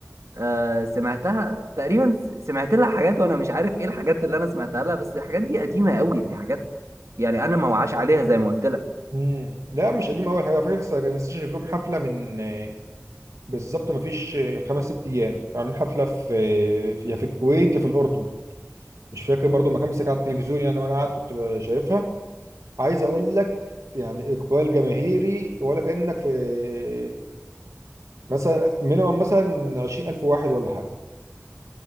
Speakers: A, on the right (about 70°); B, on the right (about 85°).
A: أه، سمعتها تقريبا س- سمعت لها حاجات وانا مش عارف ايه الحاجات اللي انا سمعتها لها بس الحاجات دي قديمة قوي دي حاجات يعني انا ما وعاش عليها زي ما قلت لك
B: مم. لا مش قديم قوي حاجة فاكر لسه كان لسه شايف لهم حفلة من آه، بالظبط ما فيش آه، خمس ست أيام كانوا عاملين حفلة في آه، في- يا في الكويت يا في الأردن مش فاكر برضو المكان بس كان على التلفزيون يعني وأنا قاعد كنت ب- شايفها عايز أقول لك يعني إقبال جماهيري ولا كأنك في آه، مثلا مينيمم مثلا 20000 واحد ولا حاجة